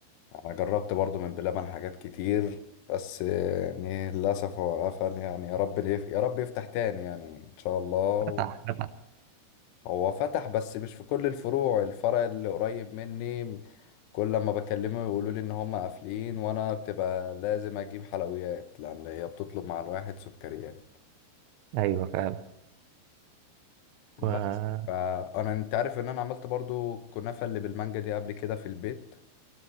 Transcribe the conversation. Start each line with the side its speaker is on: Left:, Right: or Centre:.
Left: انا جربت برضو من بلبن حاجات كتير بس يعني للاسف هو قفل يعني يا رب يف- يا رب يفتح تاني يعني ان شاء الله
Right: فتح فتح
Left: هو فتح بس مش في كل الفروع الفرع اللي قريب مني كل لما بكلمه يقولوا لي ان هم قافلين وانا بتبقى لازم اجيب حلويات لان هي بتطلب مع الواحد سكريات
Right: ايوه فعلا
Left: بس
Right: وجامد
Left: فانا انت عارف ان انا عملت برضو الكنافة اللي بالمانجا دي قبل كده في البيت